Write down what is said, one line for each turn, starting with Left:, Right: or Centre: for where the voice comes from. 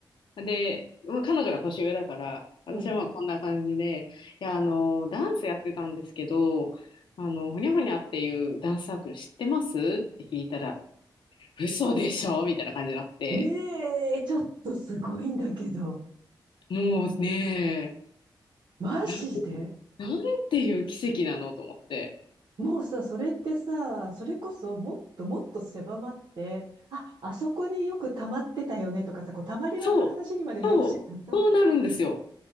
Left: るで、まあ、彼女が年上だから、私はまあこんな感じで、
Right: うん
Left: いや、あの、ダンスやってたんですけど、あの、ほにゃほにゃっていうダンスサークル知ってますって聞いたら、嘘でしょみたいな感じになって、
Right: ええーちょっとすごいんだけど。
Left: もうね、
Right: マジで
Left: な、なんていう奇跡なのと思って。
Right: もうさ、それってさ、それこそもっともっと狭まって、あ、あそこによく溜まってたよねとかさ、こう溜まり場の話にまでなるじゃん。
Left: そう、そう、そうなるんですよ。